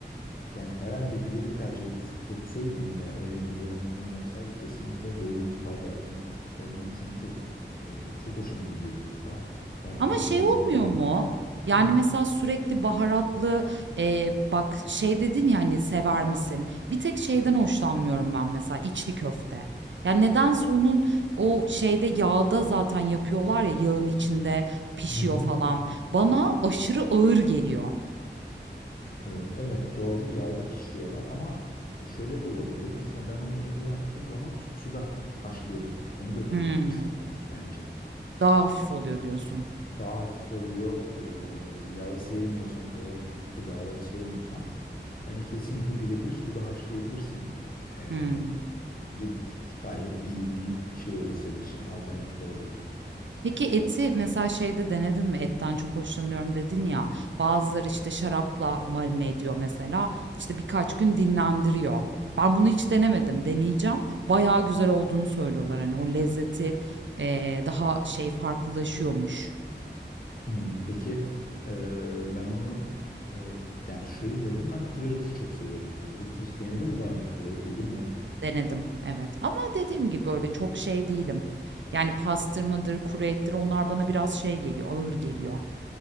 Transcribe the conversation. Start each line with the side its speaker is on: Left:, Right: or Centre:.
Left: yani herhalde bir yeri tercih et- etseydim ve öyle bir zorunluluğum olsaydı kesinlikle Doğu mutfağı derdim. Oranın çünkü e, çok hoşuma gidiyor mutfağı. Ha,
Right: Ama
Left: Etler
Right: şey olmuyor
Left: olsun.
Right: mu? Yani,
Left: Hı.
Right: mesela sürekli baharatlı, eee, bak şey dedin ya, hani, "Sever misin?" Bir tek şeyden hoşlanmıyorum ben mesela, içli köfte. Yani nedense onun o şeyde yağda zaten yapıyorlar ya, yağın içinde pişiyor
Left: Hı hı.
Right: falan. Bana aşırı ağır geliyor.
Left: Ee, Evet doğru yağda pişiriyorlar ama e, şöyle de olabiliyor. Mesela ben onu evde yaptığım zaman suda haşlıyorum. Bunu da deneyebilirsin.
Right: Hımm.
Left: Çok iyi bence.
Right: Daha hafif oluyor diyorsun.
Left: Daha hafif oluyor. Ee, Yağı sevmiyorsan, ağır gıdaları sevmiyorsan bence kesinlikle birebir suda haşlayabilirsin. Ee,
Right: Hımm.
Left: Bence gayet iyi bir şey olur senin için. Alternatif olabilir.
Right: Peki eti mesela şeyde denedin mi? Etten çok hoşlanıyorum dedin ya. Bazıları işte şarapla marine ediyor mesela. İşte birkaç gün dinlendiriyor. Ben bunu hiç denemedim. Deneyeceğim. Bayağı güzel olduğunu söylüyorlar. Hani o lezzeti eee, daha şey farklılaşıyormuş.
Left: Hmm, peki e, ben onu e, yani şöyle denedim. Ben kuru eti çok seviyorum. Peki hiç denedin mi daha önce kuru et yedin mi?
Right: Denedim. Evet. Ama dediğim gibi öyle çok şey değilim. Yani pastırmadır, kuru ettir onlar bana biraz şey geliyor, ağır
Left: Hmm.
Right: geliyor.